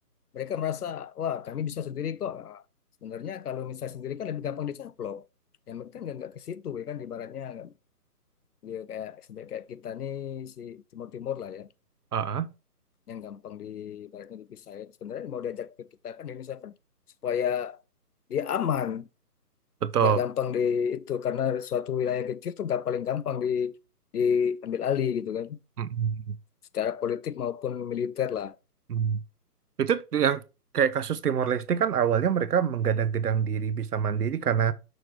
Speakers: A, on the left; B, on the right.
A: Mereka merasa, wah kami bisa sendiri kok. Nah, Sebenarnya kalau misalnya sendiri kan lebih gampang dicaplok. Ya mereka kan nggak nggak ke situ ya kan ibaratnya nggak- dia kayak sebenarnya kayak kita nih si timur-timur lah ya
B: Ah ah,
A: yang gampang di ibaratnya dipisahin. Sebenarnya mau diajak ke kita kan di Indonesia kan supaya dia aman,
B: betul.
A: nggak gampang di itu karena suatu wilayah kecil tuh nggak paling gampang di diambil alih gitu kan.
B: Mm-mm.
A: Secara politik maupun militer lah.
B: Mm. mm. Itu yang kayak kasus Timor Leste kan awalnya mereka menggadang-gadang diri bisa mandiri karena